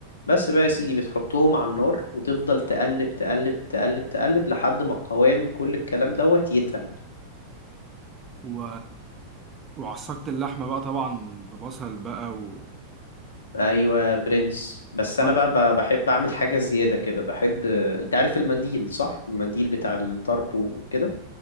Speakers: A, on the left; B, on the right.
A: بس بقى يا سيدي بتحطهم على النار وتفضل تقلب تقلب تقلب تقلب لحد ما قوام كل الكلام دوت يتقل
B: و... وعصقت اللحمه بقى طبعا ببصل بقى و...
A: ايوه برنس بس
B: وصلصه
A: انا بقى ب- بحب اعمل حاجه زياده كده بحب آه، انت عارف المنديل صح المنديل بتاع الطرب وكده